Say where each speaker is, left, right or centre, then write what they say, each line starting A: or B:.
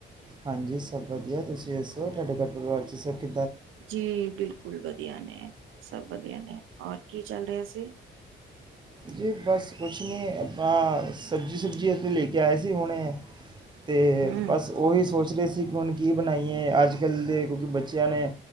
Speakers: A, on the right; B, on the right.
A: ਹਾਂਜੀ ਸਭ ਵਧੀਆ ਤੁਸੀਂ ਦੱਸੋ ਤੁਹਾਡੇ ਘਰ ਪਰਿਵਾਰ 'ਚ ਸਭ ਕਿ
B: ਜੀ ਬਿਲਕੁਲ ਬਧ ਵਧੀਆ ਨੇ ਸਭ ਵਧੀਆ ਨੇ ਹੋਰ ਕੀ ਚੱਲ ਰਿਹਾ ਸੀ
A: ਜੀ ਬਸ ਕੁਛ ਨਹੀਂ ਆਪਾਂ ਸਬਜ਼ੀ ਸੁਬਜ਼ੀ ਇਥੇ ਲੈ ਕੇ ਆਏ ਸੀ ਹੁਣੇ ਅਤੇ
B: ਹੂੰ,
A: ਬਸ ਉਹੀ ਸੋਚ ਰਹੇ ਸੀ ਕਿ ਹੁਣ ਕੀ ਬਣਾਈਏ ਅੱਜ ਕੱਲ ਦੇ ਕਿਉਂਕਿ ਬੱਚਿਆਂ ਨੇ